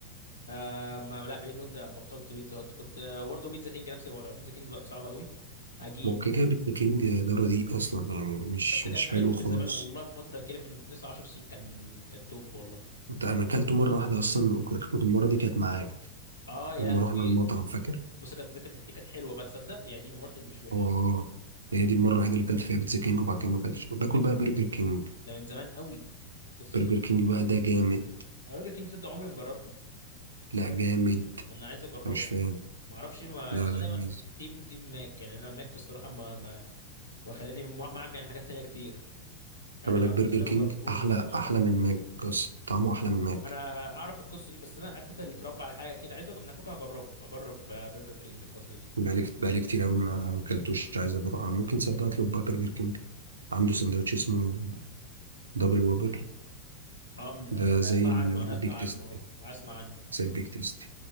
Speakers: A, on the left (about 80°); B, on the right (about 75°).
A: آه ما لا بقالي مده بطلت بيتزا هت. كنت آه وبرضه بيتزا كينج نفس الوضع بيتزا كينج بقت صعبه قوي عجين
B: ما هو كده كده بيتزا كينج ده رديء اصلا يعني مش
A: بس كان
B: مش
A: حلو
B: حلو
A: في
B: خالص
A: الزمان والله في فتره كده من 9 10 سنين كان كان توب والله
B: انت انا اكلته مره واحده اصلا وكانت المره دي كانت معاك
A: اه يا
B: لما
A: لهوي
B: رحنا المطعم فاكر
A: بس كانت كانت دي كانت حلوه بقى تصدق يعني دي من المرات اللي مش وحش
B: اه هي دي المره الوحيده اللي اكلت فيها بيتزا كينج وبعد كده ما اكلتش باكل
A: ده
B: بقى
A: من
B: برجر كينج
A: ده من زمان قوي القصه
B: برجر
A: دي
B: كينج بقى ده جامد
A: انا برجر كينج صدق عمري ما جربته
B: لا جامد
A: انا عايز اجربه
B: أنا مش فاهم
A: ما اعرفش إيه، ما
B: لا لا
A: اصل أنا دايما
B: لازم
A: تيم تيم ماك يعني انا ماك الصراحه ما ما وخلاني معمي عن حاجات تانية كتير يعني
B: طب أنا
A: هاردز
B: برجر
A: ده
B: كينج
A: ما جربتوش
B: أحلى
A: حد كله
B: أحلى
A: جربتوش
B: من ماك أصلا طعمه أحلى من ماك
A: انا اعرف القصه دي بس انا عارف انت اللي اتربى على حاجه كده عايز اجرب انا كوكا هجربه هجرب آه، برجر كينج الفتره دي
B: بقالي بقالي كتير أوي ما أكلتوش عايز أروح ممكن تصدق أطلب بقى برجر كينج عنده سندوتش اسمه دبل وابر
A: اه من... آه،
B: ده زي
A: اسمع
B: ال-
A: عنه
B: البيك
A: انا اسمع
B: تيست
A: عنه اه
B: كده،
A: اسمع عنه
B: زي البيك تيست